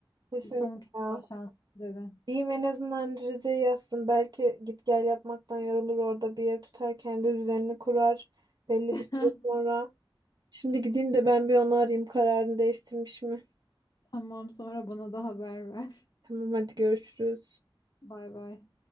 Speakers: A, on the right; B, on the left.
A: Kesinlikle
B: Bir son kez
A: ya.
B: daha şans dedi.
A: Diyeyim en azından Rize'ye yazsın. Belki git gel yapmaktan yorulur orada bir ev tutar kendi düzenini kurar belli
B: <laughs>
A: bir süre sonra. Şimdi gideyim de ben bir onu arayayım kararını değiştirmiş mi?
B: Tamam sonra bana da haber ver.
A: Tamam hadi görüşürüz.
B: Bay bay.